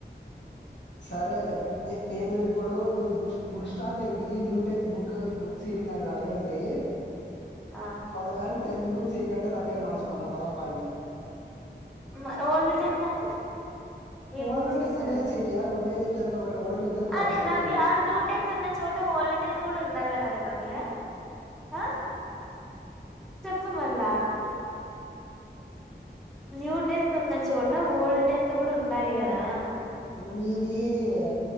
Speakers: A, on the left; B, in the centre.
A: సరేలే ని నేను ఇప్పుడు మీరు బుష్ బుక్ స్టాల్ విఈ న్యూ టెన్త్ బుక్ బుక్స్ ఇడి అని అడగండి
B: ఆ
A: పలగడ్ టెన్త్ బుక్ సీకంటే నా పేరు మర్చుకుంట పదం పండి
B: మ ఓల్డ్ టెంతంటే ఏం
A: ఓల్డ్
B: బుక్స్
A: టెన్త్
B: ఇస్తారు
A: లేదు సీనియర్ ఉండేది టెన్త్ ఒకటి ఓల్డ్ టెన్త్
B: అది
A: అడిగితే
B: నవ్య
A: పిల్ల
B: న్యూ టెన్త్ ఉన్న చోట ఓల్డ్ టెన్త్ గూడా ఉండాలి గద నవ్య హా చెప్పు మల్ల న్యూ టెన్త్ ఉన్న చోట ఓల్డ్ టెన్త్ గూడా ఉండాలి గదా
A: మీది ఆ